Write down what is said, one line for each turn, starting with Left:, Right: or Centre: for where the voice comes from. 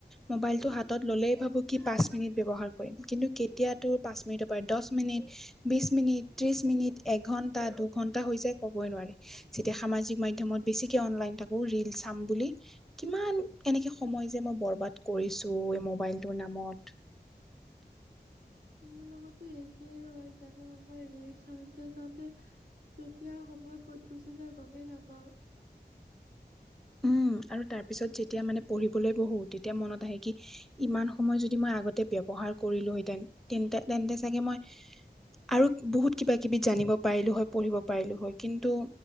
Centre: মোবাইলটো হাতত ল'লে ভাবো কি পাঁচ মিনিট ব্যৱহাৰ কৰিম কিন্তু কেতিয়াতো পাঁচ মিনিটৰ পৰা দহ মিনিট, বিশ মিনিট, ত্ৰিশ মিনিট, এঘন্টা, দুঘন্টা হৈ যায় ক'বই নোৱাৰি। যেতিয়া সামাজিক মাধ্যমত বেছিকে অনলাইন থাকোঁ ৰিল চাম বুলি কিমান এনেকে সময় যে মই বৰবাদ কৰিছোঁ এই মোবাইলটোৰ নামত।
Right: মোৰ লগতো একেই হয় যান মই ৰিল চাওঁতে- চাওঁতে কেতিয়া সময় ক'ত গুচি যায় গমেই নাপাওঁ।
Centre: উম আৰু তাৰ পিছত যেতিয়া মানে পঢ়িবলৈ বহোঁ তেতিয়া মনত আহে কি ইমান সময় যদি মই আগতে ব্যৱহাৰ কৰিলোহেতেন তেন্তে, তেন্তে চাগে মই আৰু বহুত কিবা কিবি জানিব পাৰিলোঁ হয়, পঢ়িব পাৰিলোঁ হয় কিন্তু